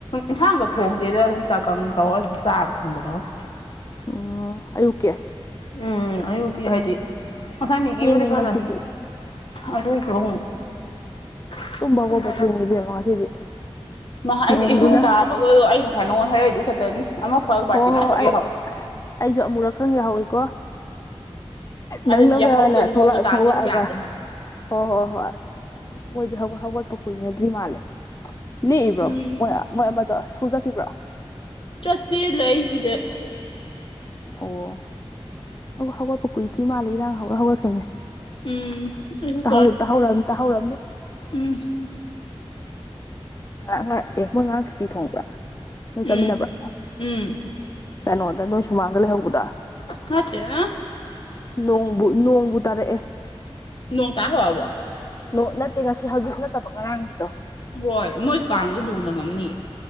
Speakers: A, on the left; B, on the left.
A: ꯏꯟꯁꯥꯡꯒ ꯊꯣꯡꯗꯦꯗ ꯑꯗꯨꯝ ꯆꯒꯪ ꯇꯧꯔ ꯑꯗꯨꯝ ꯆꯥꯕ ꯊꯨꯝꯒ ꯇꯧꯔ
B: ꯎꯝ ꯑꯌꯨꯛꯀꯤ
A: ꯎꯝ ꯑꯌꯨꯛꯀꯤ ꯍꯥꯏꯗꯤ ꯉꯁꯥꯏ ꯃꯤꯒꯤꯕꯨꯗꯤ
B: ꯊꯦꯡꯉꯦ
A: <unintelligible>
B: ꯉꯁꯤꯗꯤ
A: ꯑꯗꯨ <unintelligible> <unintelligible>
B: ꯇꯨꯝꯕ ꯍꯧꯒꯠꯄ ꯊꯦꯡꯉꯤ ꯏꯕꯦꯝꯃ ꯉꯁꯤꯗꯤ
A: ꯑꯩꯗꯤ
B: ꯅꯣꯡꯗꯨꯅ
A: ꯏꯁꯤꯡ ꯇꯥ ꯕꯒꯗꯣ ꯑꯩ ꯉꯁꯥꯏ ꯅꯣꯡꯉꯣꯟ ꯍꯥꯏꯛꯏꯗꯨ ꯈꯛꯇꯅꯤ ꯑꯃꯈꯛ ꯕꯥꯔꯇꯤꯟ
B: ꯍꯣ ꯍꯣ
A: ꯑꯃꯈꯛ
B: ꯑꯩ
A: ꯌꯥꯍꯧ
B: ꯑꯩꯁꯨ ꯑꯃꯨꯔꯈꯪ ꯌꯥꯍꯧꯋꯤꯀꯣ ꯅꯪꯅꯕꯅ
A: ꯑꯗꯨꯅ ꯌꯥꯍꯧꯗꯣ ꯅꯣꯡꯒ ꯇꯥꯕꯅꯤꯅ
B: ꯊꯣꯛꯂꯛꯑꯒ
A: ꯌꯥꯗꯦ ꯍꯥꯏꯕ
B: ꯍꯣꯏ ꯍꯣꯏ ꯍꯣꯏ ꯃꯣꯏꯗꯤ ꯍꯧꯒꯠ ꯍꯧꯒꯠꯄ ꯀꯨꯏꯅꯗ꯭ꯔꯤ ꯃꯥꯜꯂꯦ ꯂꯦꯛꯏꯕ꯭ꯔꯣ
A: ꯎꯝ
B: ꯃꯣꯏ ꯃꯣꯏ ꯑꯃꯗꯣ ꯁ꯭ꯀꯨꯜ ꯆꯠꯈꯤꯕ꯭ꯔꯣ
A: ꯆꯠꯇꯦ ꯂꯩ ꯁꯤꯗ
B: ꯑꯣ ꯍꯧ ꯍꯧꯒꯠꯄ ꯀꯨꯏꯗꯨꯏ ꯃꯥꯜꯂꯦ ꯏꯔꯥꯡ ꯍꯧꯔ ꯍꯧꯒꯠꯈꯤꯝꯅꯦ
A: ꯎꯝ ꯑꯩꯁꯨ
B: ꯇꯥꯍꯧ
A: ꯇꯥꯏ
B: ꯇꯥꯍꯧꯔꯝ ꯇꯥꯍꯧꯔꯝꯅꯤ
A: ꯎꯝ
B: ꯑꯉꯥ ꯑꯦ ꯃꯣꯏ ꯉꯔꯥꯡ ꯈꯦꯆꯤ ꯊꯣꯡꯕ꯭ꯔꯥ ꯅꯣꯏ
A: ꯎꯝ
B: ꯆꯥꯃꯤꯟꯅꯕ꯭ꯔꯥ
A: ꯎꯝ
B: ꯀꯩꯅꯣꯗ ꯅꯣꯏ ꯁꯨꯃꯥꯡꯗ ꯂꯩꯍꯧꯕꯗ
A: ꯅꯠꯇꯦꯅ
B: ꯅꯣꯡꯕꯨ ꯅꯣꯡꯕꯨ ꯇꯥꯔꯛꯑꯦ
A: ꯅꯣꯡ ꯇꯥ ꯍꯧꯔꯛꯑꯕꯣ
B: ꯅꯣ ꯅꯠꯇꯦ ꯉꯁꯤ ꯍꯧꯖꯤꯛ ꯅꯠꯇꯕ ꯉꯔꯥꯡꯒꯤꯗꯣ
A: ꯍꯣꯏ ꯃꯣꯏ ꯀꯥꯡꯗ ꯗꯣꯡꯅ ꯉꯝꯅꯤꯌꯦ